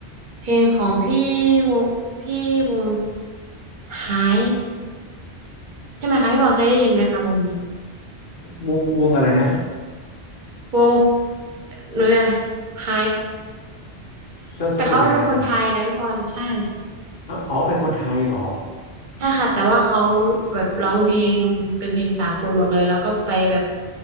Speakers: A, on the right; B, on the left.
A: เพลงของพี่วงพี่วงไฮใช่ไหมคะพี่บอลเคยได้ยินไหมคะวงนี้
B: ววงวงอะไรนะ
A: วงหนูจะไฮ
B: สะสะกดยังไงอ่ะ
A: แต่เขาเป็นคนไทยนะพี่บอลใช่
B: อ๋ออ๋อเป็นคนไทยเหรอ
A: ใช่ค่ะแต่ว่าเขาแบบร้องเพลงเป็นเพลงสากลหมดเลยแล้วก็ไปแบบ